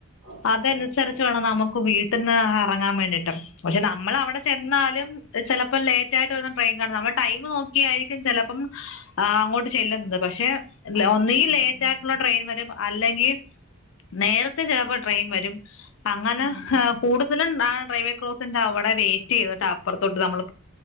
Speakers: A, on the right (about 80°); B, on the left (about 60°).
A: ഓക്കെ
B: അതനുസരിച്ച്
A: ഓക്കെ
B: വേണം നമുക്ക് വീട്ടിൽ ന്നാ എറങ്ങാൻ വേണ്ടിയിട്ട് പക്ഷെ നമ്മൾ അവിടെ ചെന്നാലും ചെലപ്പം ലേറ്റ് ആയിട്ട് വരുന്ന ട്രെയിൻ കാണും. നമ്മൾ ടൈം നോക്കിയായിരിക്കും ചെലപ്പം, അങ്ങോട്ട് ചെല്ലുന്നത്. പക്ഷെ ല്ല.
A: ആണല്ലേ
B: ഒന്നുകി ലേറ്റ്
A: ഉം
B: ആയിട്ടുള്ള
A: ഉം
B: ട്രെയിൻ വര് അല്ലെങ്കീ നേരത്തെ ചെലപ്പോ ട്രെയിൻ വരും. അങ്ങനെ
A: ഉം ഉം
B: കൂടുതലും ന റെവെകോ സിന്റെ അവിടെ വെയിറ്റ് ചെയ്തിട്ട അപ്പറത്തോട്ട് നമ്മള്